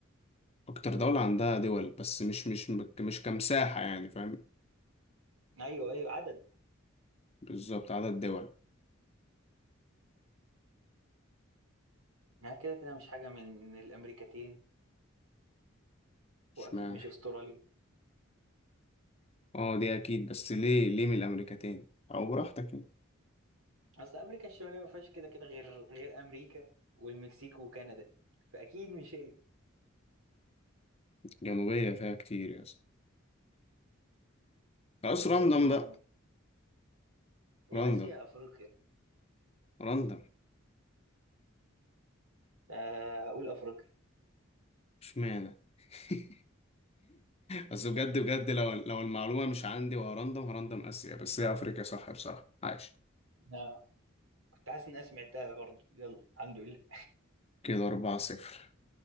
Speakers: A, on the left; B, on the right.
A: اكتر دوله عندها دول بس مش مش مش كمساحه يعني فاهم
B: ايوه ايوه عدد
A: بالظبط عدد دول
B: ما كده كده مش حاجة من الامريكتين واكيد
A: اشمعنى
B: مش استراليا
A: اه دي اكيد بس ليه ليه من الامريكتين او براحتك يعني
B: اصل امريكا الشمالية ما فيهاش كده كده غير غير امريكا والمكسيك وكندا فاكيد مش هي
A: جنوبية فيها كتير يا اسطى خلاص
B: برضه
A: راندم
B: لا
A: بقى
B: مش.
A: راندم
B: يا اسيا يا افريقيا
A: راندم
B: آه، اقول افريقيا
A: اشمعنى <laughs> بس بجد بجد لو لو المعلومة مش عندي وهرندم هرندم آسيا بس هي أفريقيا صح بصراحة عايش
B: آه، كنت حاسس إن أنا سمعتها برضه يلا الحمد لله
A: كده أربعة صفر